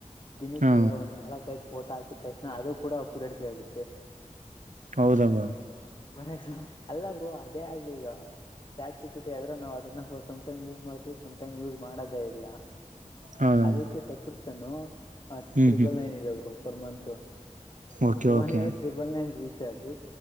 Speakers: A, on the left; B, on the right.
A: ದಿನಕ್ಕೆ
B: ಹಾ
A: ಅವನ್ ನಾಡಕೈದ್ ಫೋಟೋ ಹಾಕಿದ ತಕ್ಷಣ ಅದು ಕೂಡ ಪೂರಟಕೆ ಆಗುತ್ತೆ
B: ಹೌದದು
A: ಫಾರ್ ಎಕ್ಸಾಂಪಲ್ ಅಲ್ಲ ಬ್ರೂ ಅದೇ ಆಗ್ಲಿ ಈಗ ಚಾಡ್ಸಿಪಿಟ್ಟಿ ಆದ್ರೂ ನಾವ್ ಅದನ್ನಸ <unintelligible> ಮಾಡ್ವಿ ಯಸ್ ಮಾಡದೇ ಇಲ್ಲ
B: ಹೌದಾ
A: ಅದಕ್ಕೆ ಸಬ್ಸ್ಕ್ರಿಪ್ಷನ್ ಆ
B: ಹ್ಮ್
A: ತ್ರಿಬಲ್
B: ಹ್ಮ್
A: ನೈನ್ ಇದರು ಪರ್ ಮತ್
B: ಓಕೆ
A: ಫೋನಿಗೆ
B: ಓಕೆ
A: ತ್ರಿಬಲ್ ನೈನ್ ರೀಚಾರ್ಜು